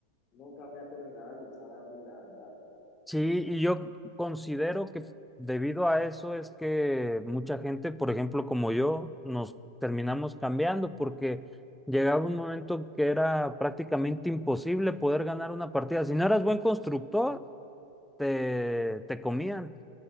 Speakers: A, on the left; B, in the centre.
A: nunca me ha terminado de gustar a mí, la verdad.
B: Sí, y yo considero que debido a eso es que mucha gente, por ejemplo, como yo, nos terminamos cambiando porque llegaba un momento que era prácticamente imposible poder ganar una partida. Si no eras buen constructor, te, te comían,